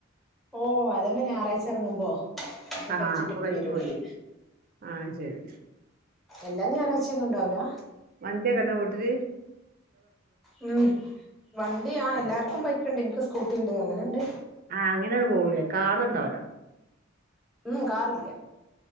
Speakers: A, in the centre; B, on the right.
A: ഓ അതന്നെ ഞായറാഴ്ച ഇറങ്ങുമ്പോ ഒക്കെ
B: ആഹ്
A: കഴിച്ചിട്ടൊക്കെ
B: അപ്പൊ കഴിച്ചു
A: വരൊള്ളുത്
B: പോരും ആഹ് ശരി
A: എല്ലാം ഞായറായ്‌ച്ചഒന്നും ഉണ്ടാവില്ല
B: വണ്ടി ഒക്കെ ഉണ്ടോ വീട്ടിൽ
A: ഉം വണ്ടി ആ
B: ആഹ്
A: എല്ലാർക്കും ബൈക്ക് ണ്ട് ഇൻ ക്ക് സ്കൂട്ടി ണ്ട് അങ്ങനെ ണ്ട്.
B: ആഹ് അങ്ങനാണ്ട് പോവൂല്ലേ കാറ് ണ്ടാവൂല്ല
A: ഉം കാറില്ല